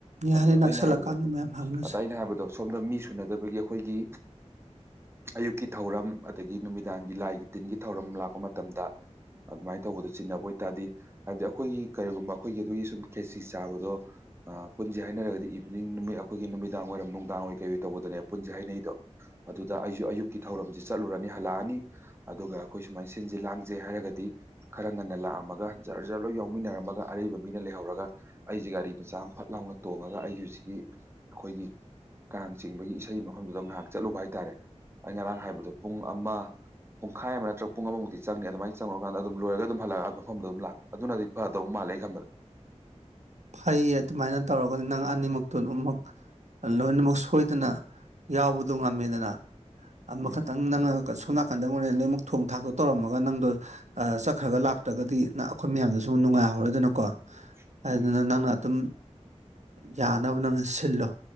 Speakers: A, on the right; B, on the right.
A: ꯑꯗꯣ
B: ꯍꯥꯏꯅ ꯅꯛꯁꯜꯂꯀꯥꯟꯗ
A: ꯑꯩꯅ ꯍꯥꯏꯕꯗꯣ
B: ꯃꯌꯥꯝ ꯍꯪꯅꯁꯦ
A: ꯑꯗ ꯑꯩꯅ ꯍꯥꯏꯕꯗꯣ ꯁꯣꯝꯗ ꯃꯤ ꯁꯨꯅꯗꯕꯒꯤ ꯑꯩꯈꯣꯏꯒꯤ ꯑꯌꯨꯛꯀꯤ ꯊꯧꯔꯝ ꯑꯗꯒꯤ ꯅꯨꯃꯤꯗꯥꯡꯒꯤ ꯂꯥꯏꯒꯤ ꯇꯤꯟꯒꯤ ꯊꯧꯔꯝ ꯂꯥꯛꯄ ꯃꯇꯝꯗ ꯑꯗꯨꯃꯥꯏꯅ ꯇꯧꯕꯗꯣ ꯆꯤꯟꯅꯕ ꯑꯣꯏꯇꯥꯔꯗꯤ ꯍꯥꯏꯕꯗꯤ ꯑꯩꯈꯣꯏꯒꯤ ꯀꯔꯤꯒꯨꯝꯕ ꯑꯩꯈꯣꯏꯒꯤ ꯑꯗꯨꯒꯤ ꯁꯨꯝ ꯈꯦꯆꯤ ꯆꯥꯕꯗꯣ ꯑꯥ ꯄꯨꯟꯖꯦ ꯍꯥꯏꯅꯔꯒꯗꯤ ꯏꯚꯤꯅꯤꯡ ꯅꯨꯃꯤꯠ ꯑꯩꯈꯣꯏꯒꯤ ꯅꯨꯃꯤꯗꯥꯡ ꯋꯥꯏꯔꯝ ꯅꯨꯡꯗꯥꯡꯋꯥꯏ ꯀꯩꯑꯣꯏ ꯇꯧꯕꯗꯅꯦꯕ ꯄꯨꯟꯖꯦ ꯍꯥꯏꯅꯩꯗꯣ ꯑꯗꯨꯗ ꯑꯩꯖꯨ ꯑꯌꯨꯛꯀꯤ ꯊꯧꯔꯝꯖꯦ ꯆꯠꯂꯨꯔꯅꯤ ꯍꯜꯂꯛꯑꯅꯤ ꯑꯗꯨꯒ ꯑꯩꯈꯣꯏ ꯁꯨꯃꯥꯏ ꯁꯤꯟꯖꯦ ꯂꯥꯡꯖꯦ ꯍꯥꯏꯔꯒꯗꯤ ꯈꯔ ꯉꯟꯅ ꯂꯥꯛꯑꯝꯃꯒꯥ ꯖꯔ ꯖꯔ ꯂꯣꯏ ꯌꯥꯎꯃꯤꯟꯅꯔꯝꯃꯒ ꯑꯔꯩꯕ ꯃꯤꯅ ꯂꯩꯍꯧꯔꯒ ꯑꯩꯖꯦ ꯒꯥꯔꯤ ꯃꯆꯥ ꯑꯃ ꯐꯠ ꯂꯥꯎꯅ ꯇꯣꯡꯉꯒ ꯑꯩꯒꯤ ꯍꯧꯖꯤꯛꯒꯤ ꯑꯩꯈꯣꯏꯒꯤ ꯀꯥꯡ ꯆꯤꯡꯕꯒꯤ ꯏꯁꯩ ꯃꯐꯝꯗꯨꯗ ꯉꯍꯥꯛ ꯆꯠꯂꯨꯕ ꯍꯥꯏꯇꯥꯔꯦ ꯑꯩ ꯉꯔꯥꯡ ꯍꯥꯏꯕꯗꯣ ꯄꯨꯡ ꯑꯃ ꯄꯨꯡꯈꯥꯏ ꯑꯃ <unintelligible> ꯄꯨꯡ ꯑꯃꯃꯨꯛꯇꯤ ꯆꯪꯅꯤ ꯑꯗꯨꯃꯥꯏ ꯆꯪꯉꯨꯔꯀꯥꯟꯗ ꯑꯗꯨꯝ ꯂꯣꯏꯔꯒ ꯑꯗꯨꯝ ꯍꯜꯂꯛꯑꯒ ꯃꯐꯝꯗꯨ ꯑꯗꯨꯝ ꯂꯥꯛꯄ ꯑꯗꯨꯅꯗꯤ ꯐꯗꯧ ꯃꯥꯜꯂꯦ ꯑꯩ ꯈꯟꯕꯗ
B: ꯐꯩꯌꯦ ꯑꯗꯨꯃꯥꯏꯅ ꯇꯧꯔꯒꯗꯤ ꯅꯪ ꯑꯅꯤꯃꯛꯇꯣ ꯑꯗꯨꯃꯛ ꯂꯣꯏꯅꯃꯛ ꯁꯣꯏꯗꯅ ꯌꯥꯎꯕꯗꯣ ꯉꯝꯃꯦꯗꯅ ꯑꯃꯈꯛꯇꯪ
A: ꯎꯝ
B: ꯅꯪꯅ ꯁꯣꯝ ꯅꯥꯀꯟꯗ ꯃꯣꯔꯦꯅ ꯂꯣꯏꯃꯛ ꯊꯣꯡ ꯊꯥꯛꯇꯣ ꯇꯧꯔꯝꯃꯒ ꯅꯪꯗꯣ ꯑꯥ ꯆꯠꯈ꯭ꯔꯒ ꯂꯥꯛꯇ꯭ꯔꯒꯗꯤꯅ ꯑꯩꯈꯣꯏ ꯃꯌꯥꯝꯗꯁꯨ ꯅꯨꯡꯉꯥꯏꯍꯧꯔꯣꯏꯗꯅꯀꯣ
A: <unintelligible>
B: ꯑꯗꯨꯅ ꯅꯪꯅ ꯑꯗꯨꯝ ꯌꯥꯅꯕ ꯅꯪꯅ ꯁꯤꯜꯂꯣ